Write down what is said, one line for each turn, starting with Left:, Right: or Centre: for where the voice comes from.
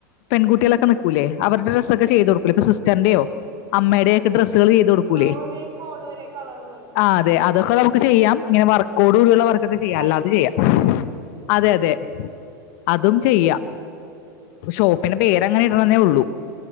Left: പെൺകുട്ടികളൊക്കെ നൽക്കൂലേ അവരുടെ ഡ്രെസൊക്കെ ചെയ്തു കൊടുക്കൂല്ലെ ഇപ്പൊ സിസ്റ്ററിന്റെയോ അമ്മയുടെക്കെ ഡ്രെസ്സുകൾ ചെയ്ത് കൊടുക്കൂല്ലേ
Right: ആഹ് ഒരേ കോഡ് ഒരേ കളറ് പോലെ
Left: ആ അതെ അതൊക്കെ ന ചെയ്യാം ഇങ്ങനെ വർക്കോട് കൂടിയുള്ള വർക്ക്ക്കെ ചെയ്യാാം
Right: ബ്രൈഡ്സ്
Left: അല്ലാതെ ചെയ്യാം
Right: മെയ്ഡ്സിന്റെ അല്ലേ
Left: അതെ അതെ അതും ചെയ്യാം ഷോപ്പിന്റെ പേര്ങ്ങനെ ഇടണെന്നേ ഉള്ളൂ